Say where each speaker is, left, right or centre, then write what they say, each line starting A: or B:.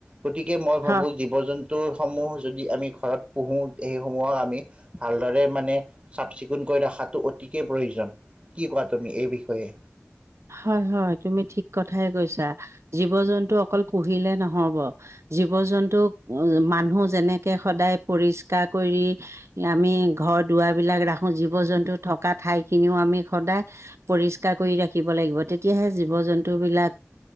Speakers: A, on the right; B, on the right.
A: গতিকে মই ভাবোঁ
B: হয়।
A: জীৱ জন্তুসমূহ যদি আমি ঘৰত পোহোঁ, সেইসমূহক আমি ভালদৰে মানে চাফ চিকুণকৈ ৰাখাটো অতিকে প্ৰয়োজন, কি কোৱা তুমি এই বিষয়ে?
B: হয় হয় তুমি ঠিক কথাই কৈছা, জীৱ জন্তু অকল পুহিলে নহ'ব জীৱ জন্তুক মানুহ যেনেকে সদায় পৰিষ্কাৰ কৰি আমি ঘৰ দুৱাৰবিলাক ৰাখো, জীৱ জন্তু থকা ঠাইখিনিও আমি সদায় পৰিষ্কাৰ কৰি ৰাখিব লাগিব তেতিয়াহে জীৱ জন্তুবিলাক